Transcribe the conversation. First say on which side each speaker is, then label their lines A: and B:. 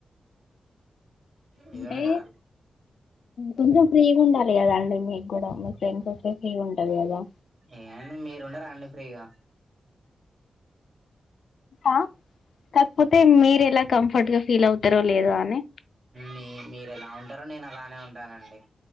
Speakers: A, on the right; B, on the left.
A: నిజమే
B: అంటే
A: కదా
B: కొంచెం ఫ్రీగా ఉండాలి కదా అండి మీకు కూడా ఫ్రెండ్స్ వస్తే ఫ్రీగా ఉంటది కదా
A: ఏమండి మీరు ఉండరా అండి ఫ్రీగా
B: ఆ కాకపోతే మీ ఎలా కంఫర్ట్ గా ఫీల్ ఇత్తర లేదు అని
A: మీ మీరు ఎలా ఉంటారో నేను అలానే ఉంటానండి